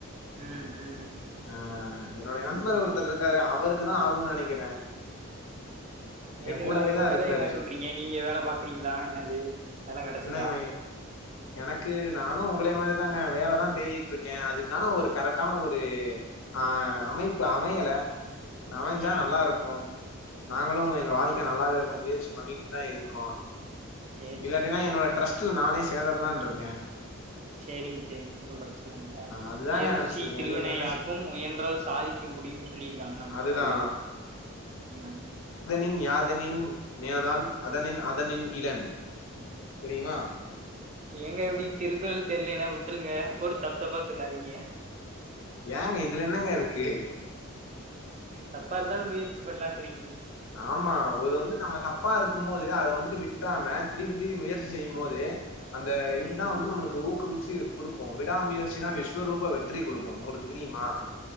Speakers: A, on the right; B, on the left.
A: ம், ம்.
B: ஆஆ என்னோடைய நண்பர் ஒருத்தர் இருக்காரு அவருக்கு தா ஆகுன்னு நெனக்குறே என்
A: என்னன்னா
B: கூடவேதா
A: உங்க கத
B: இருக்காரு
A: என்ன சொல்றீங்க? நீங்க வேல பாக்குறீங்களா? என்னது? வேல கெடச்சதா?
B: ஏன்ன எனக்கு நானுமஉங்களை மாதிரிதாங்க வேலதா தேடிட்டு இருக்கே அதுக்கான ஒரு கரெக்டான ஒரு ஒரு ஆ அமைப்பு அமையல அமஞ்சா
A: ம்.
B: நல்லா இருக்கு நாங்களு
A: சரி,
B: எங்க வாழ்க்க
A: சரி,
B: நல்லாதா இருக்க முயற்சி பண்ணிட்டு தா இருக்கோ
A: சரி,
B: இல்லாட்டினா
A: சரி.
B: என்னோட ட்ரஸ்ட் ட்ரஸ்ல நானே சேர்ந்தறலான்னு இருக்கே
A: சேரிங்க சேரிங்க ஒன்னும் பிரச்சன இல்ல
B: அதுதாங்க
A: முயற்சி
B: நெனச்சிருக்கே
A: திருவினையாக்கும்
B: நீங்க என்ன சொ
A: முயன்றால் சாதிக்க முடியும்னு சொல்லியிருக்காங்க நம்
B: அதுதா
A: முன்னோர்கள் ம்
B: இன் யாத அதனின் நேதா அதனின் அதனின் இளன் தெரியுமா
A: ஏங்க இப்டி திருக்குறள் தெரியுலேன்னா விட்ருங்க போட்டு தப்பு தப்பா சொல்லாதீங்க
B: ஏங்க இதுல என்னங்க இருக்கு
A: தப்பா இருந்தாலு முயற்சி பண்லா இருக்க
B: ஆமா இவரு வந்து நம்ம தப்பா இருக்கும் போது அத வந்து விட்டாம திருப்பி திருப்பி முயற்சி செய்யும் போது அந்த இதுதா
A: ம்
B: வந்து நம்மளுக்கு ஊக்குவிக் சி குடுக்கு விடாம முயற்சி தா விஸ்வரூப வெற்றி குடுக்கு உங்களுக்கு தெரியுமா